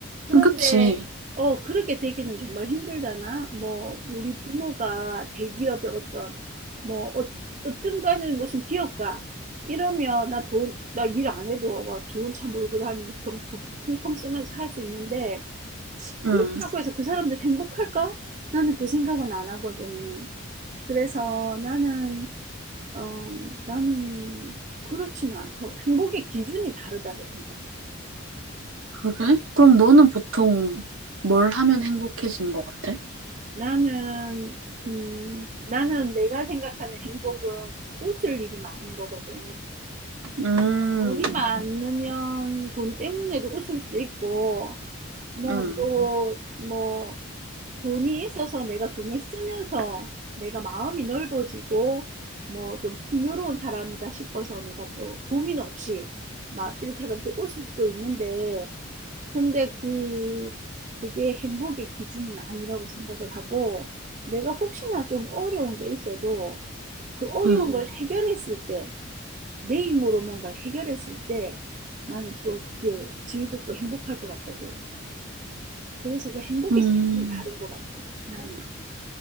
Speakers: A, on the right; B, on the right.
A: 그런데
B: 그치,
A: 그렇지. 어 그렇게 되기는 정말 힘들잖아. 뭐 우리 부모가 대기업의 어떤 뭐 어, 어떤 거는 무슨 기업가 이러면 나 돈 나 일 안 해도 막 좋은 차 몰고 다니면서 돈 펑- 펑펑 쓰면서 할 수 있는데 그렇다고
B: 응,
A: 해서 그 사람들 행복할까? 나는 그 생각은 안 하거든. 그래서 나는 어 나는 그렇지는 않다고 행복의 기준이 다르다고 생각해.
B: 그래? 그럼 너는 보통 뭘 하면 행복해지는 것 같아?
A: 나는 음 나는 내가 생각하는 행복은 웃을 일이 많은 거거든.
B: 음,
A: 돈이 음. 많으면 돈 때문에도 웃을 수 있고 뭐
B: 음,
A: 음. 또 뭐 돈이 있어서 내가 돈을 쓰면서 내가 마음이 넓어지고 뭐 좀 풍요로운 사람이다 싶어서 내가 또 고민 없이 막 이렇게 하다 또 웃을 수도 있는데 근데 그 그게 행복의 기준은 아니라고 생각을 하고 내가 혹시나 좀 어려운 게 있어도 그 어려운
B: 음,
A: 음. 걸 해결했을 때, 내 힘으로 뭔가를 해결했을 때 나는 또 그게 즐겁고 행복할 것 같거든. 그래서 그 행복의
B: 음,
A: 기준이 다른 것 같아, 나는.